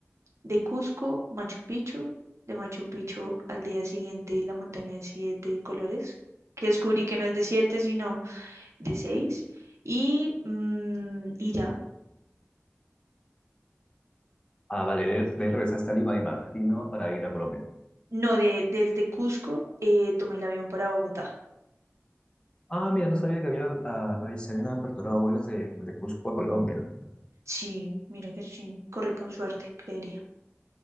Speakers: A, on the right; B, on the left.
A: de Cusco, Machu Picchu, de Machu Picchu al día siguiente la montaña de siete colores, que descubrí que no es de siete, sino de seis. Y, mm, y ya,
B: Ah, vale, de, de ahí regresaste a Lima, me imagino, para ir a Colombia.
A: no, de, desde Cusco eh, tomé el avión para Bogotá.
B: Ah, mira, no sabía que había, ah, ah, se habían aperturado vuelos de, de Cusco a Colombia.
A: Sí, mira que sí, corrí con suerte, creería.